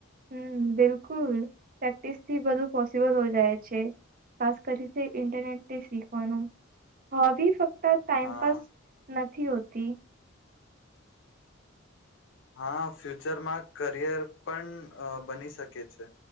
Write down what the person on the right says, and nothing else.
હમ બિલકુલ પ્રેક્ટિસ થી બધું પોસિબલ હો જાય છે ખાસ કરી ઇન્ટરનેટથી શીખવાનું હોબી ટાઈમપાસ
નથી હોતો હતી